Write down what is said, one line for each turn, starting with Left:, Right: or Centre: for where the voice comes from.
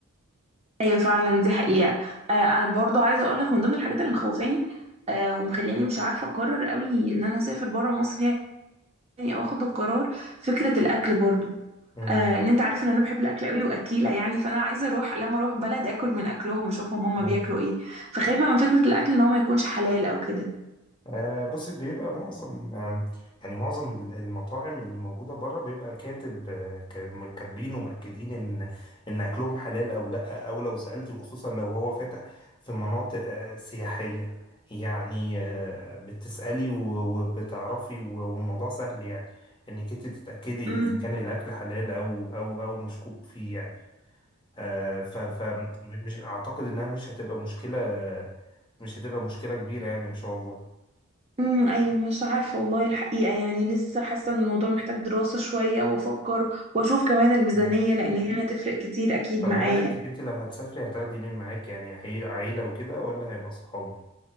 Right: ايوه فعلا دي حقيقه آه انا برضو عايزه اقول لك من ضمن الحاجات اللي مخوفاني آه ومخلياني مش عارفه اقرر قوي ان انا اسافر بره مصر يعني او اخد القرار فكره الاكل برضو
Left: مم.
Right: آه ان انت عارف ان انا بحب الاكل قوي واكيله يعني فانا عايزه اروح لما اروح بلد اكل من اكلهم واشوفهم هما
Left: مم.
Right: بياكلوا ايه فخايفه من فكره الاكل ان هو ما يكونش حلال او كده
Left: آه بص بيبقى معظم آم، يعني معظم ال- المطاعم اللي موجودة بره بيبقى كاتب آه، ك- كاتبين ومأكدين إن إن أكلهم حلال أو لأ أو لو سألتي وخصوصا لو هو فاتح في مناطق آه، سياحية يعني آه، بتسألي و- وبتعرفي و- والموضوع سهل يعني إنك أنت تتأكدي
Right: امم
Left: إذا كان الأكل حلال أو أو أو مشكوك فيه يعني آه، ف ف مش أعتقد إنها مش هتبقى مشكلة مش هتبقى مشكلة كبيرة يعني إن شاء الله
Right: امم ايوه مش عارفه والله الحقيقه يعني لسه حاسه ان الموضوع محتاج دراسه شويه وافكر واشوف كمان الميزانيه
Left: مم.
Right: لان هي هتفرق كتير اكيد
Left: طب
Right: معايا
Left: هل أنت أنت لو هتسافري هتاخدي مين معاك يعني عي- عيلة وكده ولا هيبقى صحاب؟